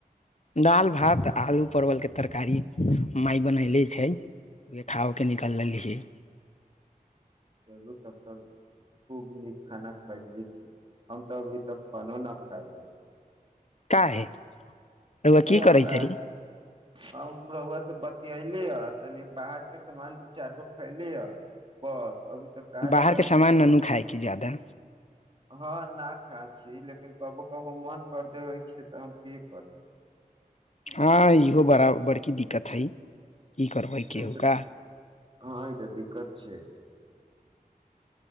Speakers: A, on the left; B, on the right.
A: दालि भात आलू परवलके तरकारी माय बनैले छैय। नि खा के निकल लेलीयय ह।
B: चलू तब त खूब नीक खाना खायल छी हम तऽ अभी तक खानो न खायल रहल छी।
A: काहे? रउआ की
B: ए हमरा
A: करै तारी
B: हम रौआ से बतियैली ह तनी बाहरके सामान दू चारि गो खयली ह बस अभी तक कहाँ जादा
A: बाहर के
B: कुछो
A: सामान
B: खैली
A: ननू खाय के ज्यादा।
B: हँ ना खाय छी लेकिन कबो कबो मन कर देबै छैय तऽ हम की करब?
A: हँ इहो बड़ा बड़की दिक्कत हइ की करबै केहुका।
B: तऽ हँ ई तऽ दिक्कत छैय।